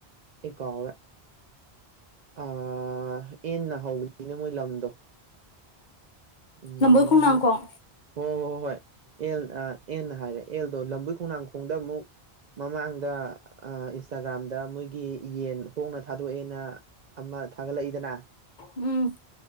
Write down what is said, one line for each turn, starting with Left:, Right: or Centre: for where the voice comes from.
Right: ꯑꯩ ꯀꯥꯎꯔꯦ ꯑꯦꯟꯅ ꯍꯧꯕꯅꯤꯅꯦ ꯃꯣꯏ ꯂꯝꯗꯣ ꯎꯝ
Left: ꯂꯝꯕꯣꯏ ꯈꯣꯡꯅꯥꯡ ꯈꯣꯡ
Right: ꯍꯣꯏ ꯍꯣꯏ ꯍꯣꯏ ꯍꯣꯏ ꯑꯦꯜ ꯑꯦꯟꯅ ꯍꯥꯏꯔꯦ ꯑꯦꯜꯗꯣ ꯂꯝꯕꯣꯏ ꯈꯣꯡꯅꯥꯡꯈꯣꯡꯗ ꯑꯃꯨꯛ ꯃꯃꯥꯡꯗ ꯏꯟꯁꯇꯥꯒ꯭ꯔꯥꯝꯗ ꯃꯣꯏꯒꯤ ꯌꯦꯟ ꯍꯣꯡꯅ ꯊꯥꯗꯣꯛꯑꯦꯅ ꯑꯃ ꯊꯥꯒꯠꯂꯛꯏꯗꯅ
Left: ꯎꯝ